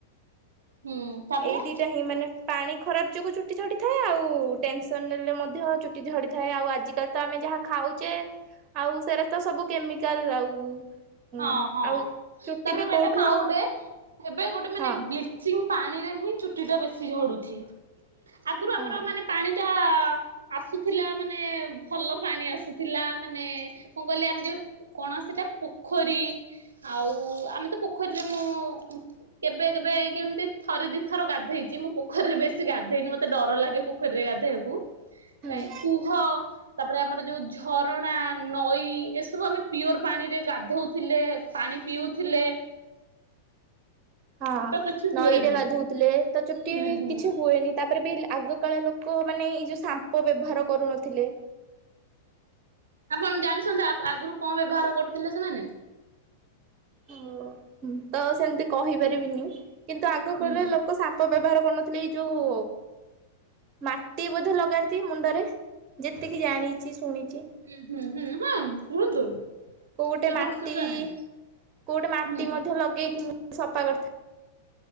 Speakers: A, on the right; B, on the right.
A: ହୁଁ। ତାପରେ
B: ଏଇ ଦିଇଟା ହିଁ ମାନେ ପାଣି ଖରାପ ଯୋଗୁଁ ଚୁଟି ଝଡିଥାଏ ଆଉ ଟେନସନ ନେଲେ ମଧ୍ୟ ଚୁଟି ଝଡି ଥାଏ ଆଉ ଆଜିିକାଲି ତ ଆମେ ଯାହା ଖାଉଛେ ଆଉ ସେରା ତ ସବୁ କେମିକାଲ ଆଉ ହୁଁ
A: ହଁ ହଁ
B: ଆଉ ଚୁଟି
A: ତାପରେ
B: ବି
A: ମ୍ୟାଡ଼ାମ
B: କୋଉଠୁ
A: ଆଉ ଗୋଟେ ଏବେ ଗୋଟେ ମାନେ
B: ହଁ
A: ବ୍ଲି ଚିଙ୍ଗ ପାଣିରେ ହିଁ ଚୁଟି ଟା ବେଶୀ ଝଡୁଛି ଆଗରୁ
B: ହଁ
A: ଆମର ମାନେ ପାଣିଟା ଆସୁଥିଲା ମାନେ ଭଲ ପାଣି ଆସୁଥିଲା ମାନେ କଣ କହିଲେ ଆମେ ଯୋଉ କଣ ସେଇଟା ପୋଖରୀ ଆଉ ଆମେ ତ ପୋଖରୀରେ ମୁଁ କେବେ କେବେ ଏଇ କେମିତି ଥରେ ଦି ଥର ଗାଧେଇଛି ମୁଁ ପୋଖରିରେ ବେଶୀ ଗାଧେଇନି ମତେ ଡର ଲାଗେ ପୋ ପୋଖରୀରେ ଗାଧୋଇବାକୁ
B: ହୁଁ
A: କାଇ କୁ ତାପରେ ଆମର ଯୋଉ ଝରଣା ନଈ ଏସବୁ ଆମେ ପିଓର ପାଣିରେ ଗାଧଉଥିଲେ ପାଣି ପିଉଥିଲେ।
B: ହଁ
A: ତ କିଛି
B: ନଈରେ
A: ହୁଏନି
B: ଗାଧଉଥିଲେ ତ ଚୁଟି
A: ହୁଁ ହୁଁ
B: କିଛି ହୁଏନି ତାପରେ ବି ଆଗକାଳ ଲୋକମାନେ ଏଇ ଯଉ ସାମ୍ପୋ ବ୍ୟବହାର କରୁନଥିଲେ।
A: ଆପଣ ଜାଣିଛନ୍ତି ଆଗରୁ କଣ ବ୍ୟବହାର କରୁଥିଲେ ସେମାନେ?
B: ଓ ତ ସେମିତି କହିପାରିବିନି କିନ୍ତୁ ଆଗକାଳ
A: ହୁଁ ହୁଁ
B: ଲୋକ ସା ବ୍ୟବହାର କରୁନଥିଲେ ଏଇ ଯୋଉ ମାଟି ବୋଧେ ଲଗାନ୍ତି ମୁଣ୍ଡରେ ଯେତିକି ଜାଣିଛି ଶୁଣିଛି।
A: ହୁଁ ହୁଁ ହୁଁ ହଁ କୁହନ୍ତୁ।
B: କୋଉଗୋଟେ
A: କିଛି
B: ମାଟି
A: ଅସୁବିଧା
B: କୋଉ
A: ନାହିଁ।
B: ଗୋଟେ ମାଟି
A: ହୁଁ
B: ମଧ୍ୟ ଲଗେଇକି ମୁଁ ସଫା କରିଥାଏ।